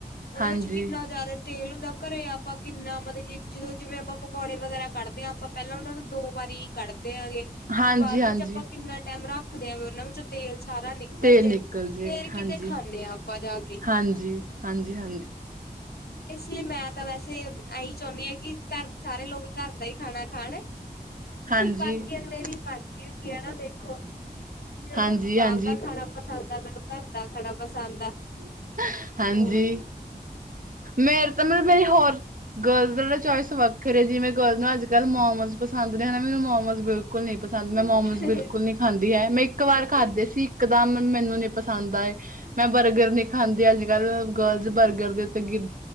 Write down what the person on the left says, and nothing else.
ਉਹਦੇ
ਵਿੱਚ ਕਿੰਨਾ ਜਿਆਦਾ ਤੇਲ ਹੁੰਦ ਘਰੇ ਆਪਾਂ ਕਿੰਨਾ ਮਤਲਬ ਜਦੋਂ ਜਿਵੇਂ ਆਪਾਂ ਪਕੌੜੇ ਵਗੈਰਾ ਕੱਢਦੇ ਹਾਂ ਆਪਾਂ ਪਹਿਲਾਂ ਉਹਨਾਂ ਨੂੰ ਦੋ ਵਾਰੀ ਗੜ ਦੇ ਆਗੇ
ਵੀ ਬਾਅਦ ਵਿੱਚ
ਆਪਾਂ ਕਿੰਨਾ ਟੈਮ ਰੱਖ ਰੱਖਦੇ ਆਂ ਵੀਂ ਉਹਨਾਂ ਵਿੱਚੋਂ ਤੇਲ ਸਾਰਾ ਨਿਕਲ
ਜੇ
ਫੇਰ ਕਿਤੇ
ਖਾਂਣੇ ਆਂ ਆਪਾਂ ਜਾ ਕੇ।
ਇਸ ਲਈ ਮੈਂ ਤਾਂ ਵੈਸੇ ਇਹੀ ਚਾਹੁੰਣੀ ਆਂ ਕਿ ਘਰ ਸਾਰੇ ਲੋਕ ਘਰ ਦਾ ਹੀ ਖਾਣਾ ਖਾਣ।
ਬਾਕੀਆਂ ਦੀ <unintelligible> ਕਿਉਂਕਿ ਐ ਨਾਂ ਦੇਖੋ ਜ
ਤੁਹਾਨੂੰ ਬਾਹਰ
ਦਾ ਖਾਣਾ ਪਸੰਦ ਮੈਨੂੰ ਘਰਦਾ ਖਣਾ ਪਸੰਦ ਆ।
ਉਵੇਂ
ਠੀਕ
ਹੈ